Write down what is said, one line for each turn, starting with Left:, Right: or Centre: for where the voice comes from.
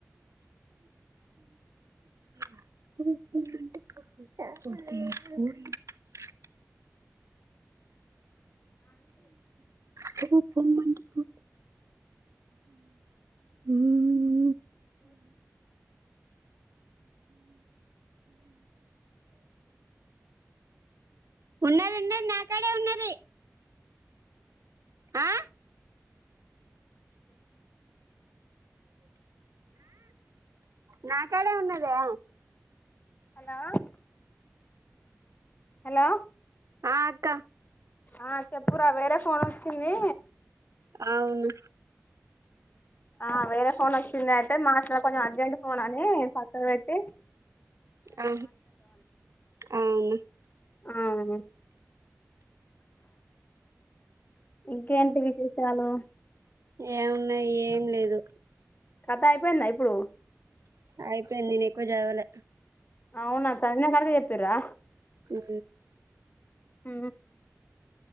Right: <inaudible>
Left: నను సరే
Right: తను పోమంటే పొద హ
Left: వ
Right: ఉన్నది ఉన్నది నాకాడే ఉన్నది ఆ
Left: అ
Right: నా కాడే ఉన్నదా
Left: హలో హలో
Right: ఆ అక్క
Left: ఆ చెప్పురా వేరే ఫోన్ వచ్చింది
Right: అవును
Left: ఆ వేరే ఫోన్ వచ్చింది అయితే మాట్లా కొంచెం అర్జెంట్ ఫోన్ అని పక్కన పెడితి
Right: అ అవును
Left: ఆ ఇంకేంటి విశేషాలు
Right: ఏం ఉన్నాయి ఏం లేదు
Left: కథ అయిపోయింద ఇప్పుడు
Right: అయిపోయింది నేను ఎక్కువ చదవాలే
Left: అవునాంత నిన్న కడది చెప్పిరా
Right: అ
Left: హ